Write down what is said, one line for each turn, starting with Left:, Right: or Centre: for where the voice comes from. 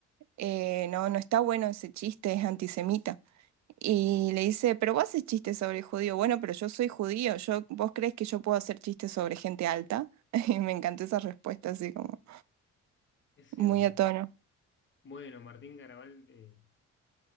Right: eh, no, no está bueno ese chiste, es antisemita. Y le dice, pero vos haces chistes sobre judío, bueno, pero yo soy judío, yo, ¿vos crees que yo puedo hacer chistes sobre gente alta? <laughs> Y me encantó esa respuesta así como
Left: Es
Right: muy
Left: cierto.
Right: a tono.
Left: Bueno, Martín Garabal, eh,